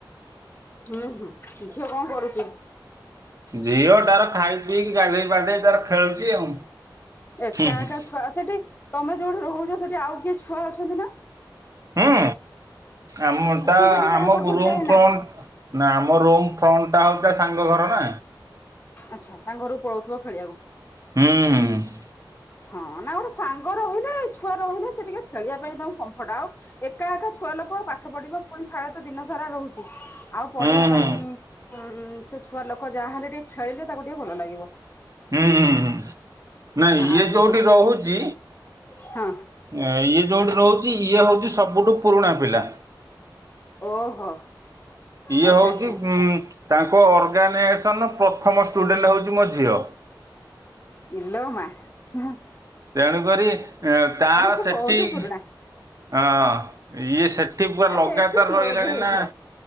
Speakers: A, on the left (about 25°); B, on the right (about 45°).
A: ହୁଁ ହୁଁ ଝିଅ କଣ କରୁଛି?
B: ଝିଅ ତାର ଖାଇ ପିଇକି ଗାଧେଇ ପାଧେଇ ତାର ଖେଳୁଛି ଆଉ।
A: ଏକା
B: ହୁଁ ହୁଁ।
A: ଏକା ଛୁଆ ସେଠି ତମେ ଯୋଉଠି ରହୁଛ ସେଠି ଆଉ କିଏ ଛୁଆ ଅଛନ୍ତି ନା?
B: ହୁଁ ଆମଟା
A: ସିଏ ସେଠି
B: ଆମ
A: କାହା ପାଖକୁ
B: ରୁମ
A: ଯାଏନା
B: ଫ୍ରଣ୍ଟ ନାାଇଁ ଆମ ରୁମ ଫ୍ରଣ୍ଟଟା ହଉ ତା ସାଙ୍ଗ ଘର। ନା
A: ଆଚ୍ଛା ତାଙ୍କ ଘରୁ ପଳଉଥିବ ଖେଳିଆକୁ?
B: ହୁଁଁ।
A: ହଁ ନା ଗୋଟେ ସାଙ୍ଗ ରହିଲେ ଛୁଆ ରହିଲେ ସେ ଟିକେ ଖେଳିବା ପାଇଁ ତାଙ୍କୁ କମ୍ଫର୍ଟ ଆଉ। ଏକା ଏକା ଛୁଆ ଲୋକ ପାଠ ପଢିବ ପୁଣି ଛଡ ତ ଦିନ ସାରା ରହୁଛି। ଆଉ ପଢିବା
B: ହୁଁ ହୁଁ ହୁଁ ହୁଁ
A: ପାଇଁ ଉ ସେ ଛୁଆ ଲୋକ ଯାହାହଲେ ଟିକେ ଖେଳିଲେ ତାକୁ ଟିକେ ଭଲ ଲାଗିବ।
B: ହୁଁ ହୁଁ ନାଇଁ ଇଏ
A: ଆଉ
B: ଯୋଉଠି ରହୁଛି?
A: ହଁ
B: ଇଏ ଯୋଉଠି ରହୁଛି ଇଏ ହଉଛି ସବୁଠୁ ପୁରୁଣା ପିଲା।
A: ଓହୋ
B: ଇଏ
A: ଆଚ୍ଛା
B: ହଉଛି
A: ଆଚ୍ଛା
B: ଉଁ ତାଙ୍କ ଅର୍ଗାନାଇଜେସନ ପ୍ରଥମ ଷ୍ଟୁଡେଣ୍ଟ ହେଉଛି ମୋ ଝିଅ।
A: ଇଲୋ ମା। ଉହୁଁ।
B: ତେଣୁକରି ତାର
A: ସେ
B: ସେଠି
A: ବହୁତ ପୁରୁଣା
B: ହଁ ଇଏ ସେ ସେଠି ପୁ
A: ଆଉ
B: ଲଗାତାର
A: ବେଶୀ କ୍ଲୋଜ
B: ରହିଲାଣି
A: ହେଇଥିବ
B: ନା।